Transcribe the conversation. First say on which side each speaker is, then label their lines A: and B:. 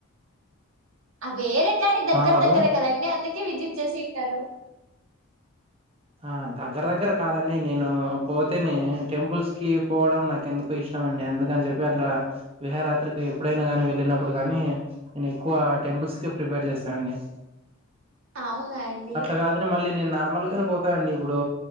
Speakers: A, on the right; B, on the right.
A: ఆ వేరట్ కానీ దగ్గర
B: ఆ హలో
A: దగ్గరే కదండి అందుకే విజిట్ చేసి ఉంటారు
B: ఆ దగ్గర దగ్గర కాదండి నేను పోతేనే టెంపుల్స్ ఆ దగ్గర దగ్గర కాదండి నేను పోతేనే టెంపుల్స్ కి పోవడం నాకు ఎందుకు ఇష్టం అండి అందుకని చెప్పి అట్లా విహారయాత్రికి ఎప్పుడైనా గాని వెళ్ళినప్పుడు గాని నేను ఎక్కువ టెంపుల్స్ కి ప్రిఫర్ చేస్తానండి ఎందుకు ఇష్టం అఎందుకని చెప్పి అట్లా విహరాత్రికి ఎప్పుడైనా ని వెళ్ళినప్పుడ ప్రిపేర్ చేస్తానుండి
A: అవునా అండి
B: అట్లా కాదు నిను మళ్ళీ నేను నార్ప్ మల్గని బొత్ కదండి ఇప్పుడు